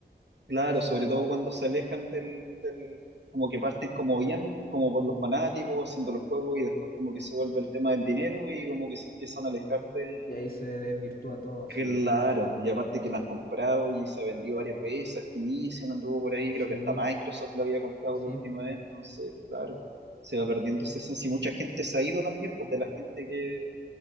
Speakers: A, on the right (about 80°); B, on the left (about 55°).
A: Claro,
B: pasa
A: sobre
B: eso.
A: todo cuando se alejan del, del, como que parten como bien, como por los fanáticos, haciendo los juegos y después como que se vuelve el tema del dinero y como que se empiezan a alejar de...
B: Y ahí se desvirtúa todo,
A: Claro,
B: sí, pues,
A: y aparte que la han comprado y se ha vendido varias veces, Activision anduvo por ahí,
B: sí,
A: creo que hasta Microsoft lo había comprado
B: sí,
A: la última
B: pues.
A: vez, entonces, claro, se va perdiendo esa esencia y mucha gente se ha ido también, pues de la gente que,